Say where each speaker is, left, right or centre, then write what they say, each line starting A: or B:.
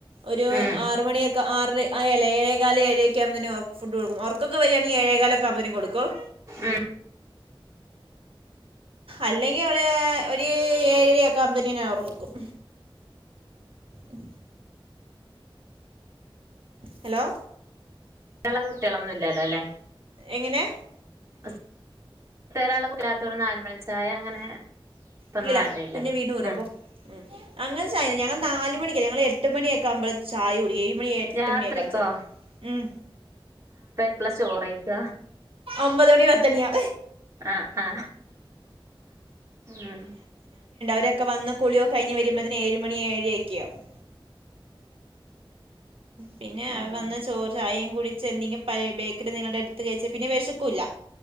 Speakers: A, on the right (about 80°); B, on the right (about 35°).
A: ഒരു
B: ഉം
A: ആറ്മണിയൊക്കെ ആറര് ആ എല ഏഴേകാല ഏഴയ ഒക്കെ ആവമ്പോ തന്നെ ഒ ഫുഡ് കൊടുക്കും ഒർക്കൊക്കെ വരാണേൽ ഏഴേകാലൊക്കെ അവുമ്പോത്തിന് കൊടുക്കും
B: ഉം
A: അല്ലെങ്കി അവള് ഒരു ഏഴരയാക്കുവുമ്പോത്തിന് ഞാൻ ഒർക്കും. ഉം. ഹലോ
B: കള കുട്ടികളൊന്നുല്ലല്ലോ ല്ലേ
A: എങ്ങനെ
B: സ് <unintelligible> ഇല്ലാത്തോല് നാല് മണിച്ചായ അങ്ങനെ. ഇപ്പൊന്നും
A: ഇല്ലല്ല
B: വേണ്ടല്ലല്ലോ
A: കുഞ്ഞ് വീണ്ടുവിടും
B: ഉം
A: അപ്പൊ ഉം അങ്ങനെ ചായല ഞങ്ങൾ നാല് മണിക്കല്ല ഞങ്ങൾ എട്ട് മണി എട്ട് ക്കാമ്പ ചായുടിക്കും എഴ്മണി എട്ട്
B: രാത്രിക്കോ
A: മണിയക്കാ ചെൽപ്പൊ ഉം
B: എപ്പള ചോറയ്ക്ക.
A: ഒമ്പത് മണി പത്തണിയാ.
B: അ ആ ഉം
A: തക്കെ വന്ന് കുളിയോ കഴിഞ് വരുമ്പോതിന് ഏഴ്മണി ഏഴരക്ക്യാവും പിന്നെ അവ
B: അങ്ങനെ
A: വന്ന ചോറ് ചായയും കുടിച്ച് എന്തെങ്കിലും പഴ ബേക്കറി ന്തെങ്കിലും എട് ത് കഴിച്ച് പിന്നെ വെശക്കൂല്ല